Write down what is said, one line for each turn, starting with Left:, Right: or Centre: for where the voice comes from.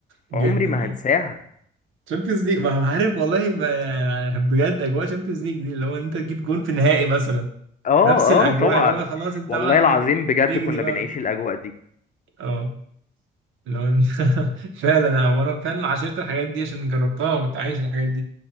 Right: جدا
Left: عمري ما هنساها
Right: تشامبيونز ليج ما عارف والله ما يعني بجد اجواء تشامبيونز ليج دي اللي هو انت تجيب جون في النهائي مثلا
Left: آه
Right: نفس الاجواء
Left: آه طبعا
Right: اللي هو خلاص انت
Left: والله
Right: بقى
Left: العظيم
Right: ت-
Left: بجد
Right: تجري
Left: كنا
Right: بقى
Left: بنعيش الأجواء دي
Right: اه اللي هو انت <laughs> فعلا انا وانا فعلا عشرت الحاجات دي عشان جربتها وكنت عايش الحاجات دي